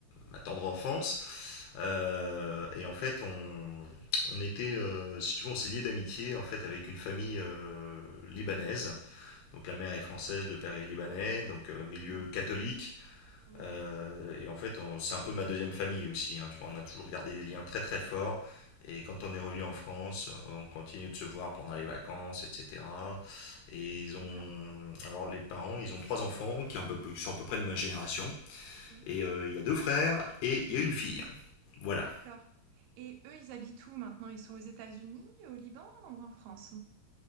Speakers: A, on the left; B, on the right.
A: ma tendre enfance. Euh, et en fait, on, on était, euh, si tu veux, on s'est lié d'amitié en fait avec une famille euh, libanaise. Donc la mère
B: Ah,
A: est française, le père est libanais, donc euh, milieu
B: trop bien.
A: catholique.
B: Oui,
A: Euh, et en fait, c'est un peu ma deuxième famille aussi. hein, tu vois, on a toujours gardé des liens très très forts. Et quand on est revenu en France, on continue de se voir pendant les vacances, etc. Et ils
B: d'accord.
A: ont, alors les parents, ils ont trois enfants qui, en peu- qui sont à peu près de ma génération.
B: Oui,
A: Et euh, il y a deux frères et il y a une fille. Voilà.
B: d'accord. Et eux, ils habitent où maintenant? Ils sont aux États-Unis, au Liban ou en France?